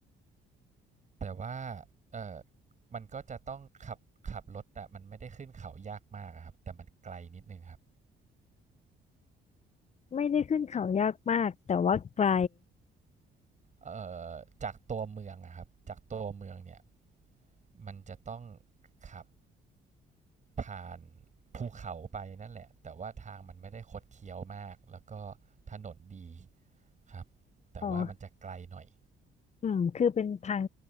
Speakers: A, on the right; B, on the left.
A: แต่ว่าเออมันก็จะต้องขับขับรถอะมันไม่ได้ขึ้นเขายากมากอะครับแต่มันไกลนิดนึงครับ
B: ไม่ได้ขึ้นเขายากมากแต่ว่าไกล
A: เออจากตัวเมืองอะครับจากตัวเมืองเนี่ยมันจะต้องขับผ่านภูเขาไปนั่นแหละแต่ว่าทางมันไม่ได้คดเคี้ยวมากแล้วก็ถนนดีครับแต่ว่ามันจะไกลหน่อย
B: อ๋ออืมคือเป็นทาง